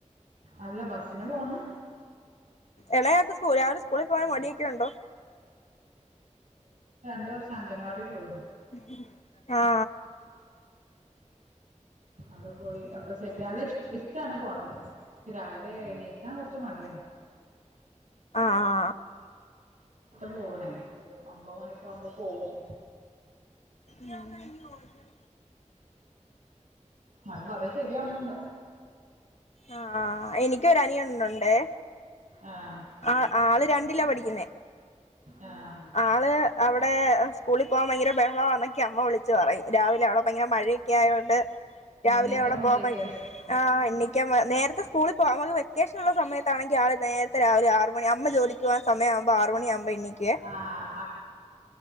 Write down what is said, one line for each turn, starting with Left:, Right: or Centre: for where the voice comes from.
Right: അല്ല ബസിന്പോണം
Left: ഇളയാക്ക് സ്കൂ രാവിലെ സ്കൂളിൽ പോകാൻ മടിയൊക്കെയുണ്ടോ.
Right: ഒരു വർഷം അംഗൻവാടി പോയീഞ്ഞ
Left: <unintelligible> ആ
Right: അവിടെ പോയി ഒക്കെ സെറ്റ് അവിടെ ഇഷ് ഇഷ് ഇത്താണ് പോണത് ഇന്ന് രാവിലെ എണീക്കാൻ കുറച്ച് മടിയാണ് <inaudible>
Left: ആ ആ
Right: പോണേ ഒമ്പത് മണിയക്കെ ആവുമ്പോ പോവും
Left: ഞങ്ങളിപ്പോ <unintelligible>
Right: അത് കൊറേ ശരിയാവണണ്ട്
Left: ആ എനിക്കൊരു അനിയൻ ഉണ്ട് ഉണ്ടെ
Right: ആഹ്
Left: ആ ആള് പഠിക്കുന്നെ
Right: ആഹ്
Left: ആള് അവിടെ സ്കൂളിൽ പോകാൻ ഭയങ്കര ബഹളവ എന്നൊക്കെ അമ്മ വിളിച്ചു പറയും രാവിലെ അവിടെ ഭയങ്കര മഴയൊക്കെ ആയോണ്ട് രാവിലെ
Right: എണീക്കാൻ
Left: അവിടെ
Right: മടിയേക്കാരം
Left: പോവാൻ പ ആ എണീ ക്കാൻ മ നേരത്തെ സ്കൂളിൽ പോവാൻ അവക്ക് വെക്കേഷനുള്ള സമയ ത്താണെങ്കിൽ ആള് നേരത്തെ രാവിലെ ആറ് മണി അമ്മ ജോലിക്ക് പോവാൻ സമയം ആവുമ്പോ ആറ് മണിയാവുമ്പോ എണീക്കുവേ.
Right: ആഹ്